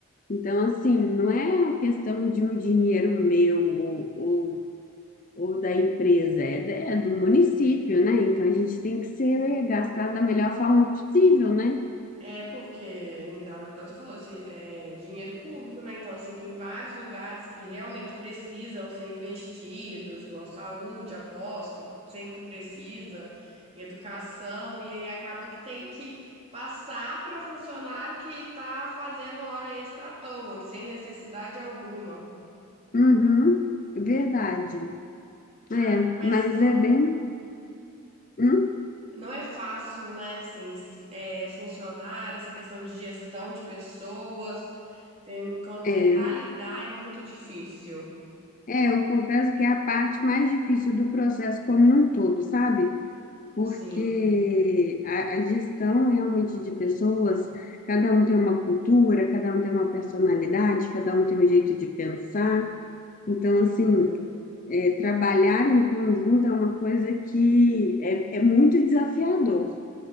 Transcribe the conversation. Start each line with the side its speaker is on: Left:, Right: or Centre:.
Left: Então, assim, não é uma questão de um dinheiro meu ou, ou, ou da empresa, é, da- é do município, né? Então, a gente tem que ser é, gastado da melhor forma possível, né?
Right: É porque, não dá mais, igual você falou, se- é dinheiro público, né? Então, assim, tem vários lugares que realmente precisam ser investidos, igual saúde, aposto, sempre precisa, em educação, e aí acaba que tem que passar para funcionário que tá fazendo hora extra à toa, sem necessidade alguma.
Left: Uhum, verdade.
Right: Ah,
Left: É,
Right: mas
Left: mas é bem. Hum?
Right: Não é fácil, né, assim, s- é, funcionar, essa questão de gestão de pessoas, ten- co- tentar
Left: É,
Right: lidar é muito difícil.
Left: é, eu confesso que é a parte mais difícil do processo como um todo, sabe? Porque
Right: Sim,
Left: a, a gestão realmente de pessoas, cada um tem uma cultura, cada um tem uma personalidade, cada um tem um jeito de pensar. Então, assim,
Right: é,
Left: é, trabalhar em conjunto é uma coisa que é, é muito desafiador.